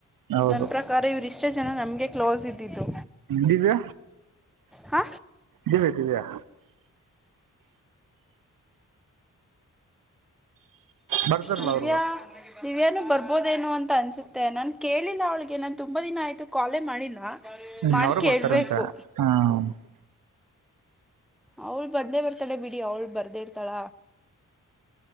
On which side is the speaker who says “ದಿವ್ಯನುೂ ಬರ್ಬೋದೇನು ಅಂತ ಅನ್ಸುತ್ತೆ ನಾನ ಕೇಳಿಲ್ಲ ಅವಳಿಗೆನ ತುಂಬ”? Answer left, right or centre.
Centre